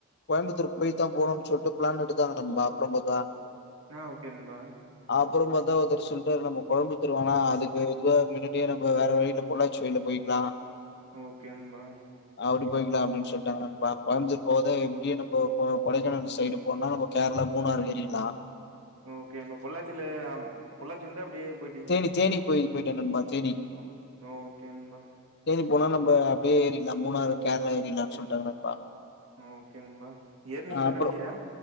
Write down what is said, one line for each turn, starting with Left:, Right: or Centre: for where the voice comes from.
Left: கோயமுத்தூர் போயித்தான் போனும் சொல்ட்டு ப்ளான் எடுத்தாங்க நண்பா அப்றம்பாத்தா
Right: நா ஒகே நண்பா
Left: அப்பறம் பாத்தா ஒருத்தர் சொல்ட்டாரு நம்ம கோயமுத்தூர் வேணா அதுக்கு இதுவ மினிட்டே நம்ப வேற வழிலப் பொல்லாச்சி ஒயிண்ட போயிக்லா
Right: ஓக்கே நண்பா
Left: அப்டி போயிக்குலா அப்டினு சொல்டாங்க நண்பா கோயமுத்தூர் போவத எப்டியு நம்போ கொ கொடைக்கானல் சைடு போனாநம்ம கேர்ளா மூணாறு ஏறிர்லா
Right: ஓக்கேண்பா பொள்ளாச்சில அம் பொள்ளாட்சி வந்து அப்டியே போயிட்டீங்க
Left: தேனி த்தேனி போய் போய்ட்டோ நண்பா தேனி
Right: ஓ ஓகேண்பா
Left: தேனீ போனா நம்ப அப்டியே ஏறிர்லா மூணாறு கேர்ளா ஏறிர்லான் சொல்ட்டாங்க நண்பா
Right: ஓகேங்கம்பா ஏர் நீீங்களா
Left: அப்புறோ
Right: கடசீர